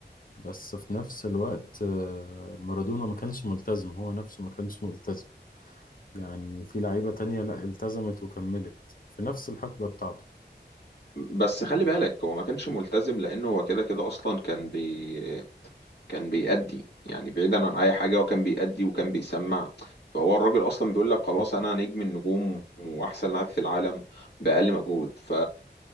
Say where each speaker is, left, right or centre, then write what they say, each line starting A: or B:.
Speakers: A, on the left; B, on the left.
A: بس في نفس الوقت آه، مارادونا ما كانش ملتزم هو نفسه ما كانش ملتزم يعني في لعيبه تانية لا التزمت وكملت في نفس الحقبه بتاعته
B: بس خلي بالك هو ما كانش ملتزم لانه هو كده كده اصلا كان بي كان بيأدي يعني بعيدا عن اي حاجة هو كان بيأدي وكان بيسمع فهو الراجل اصلا بيقول لك خلاص انا نجم النجوم واحسن لاعب في العالم بأقل مجهود ف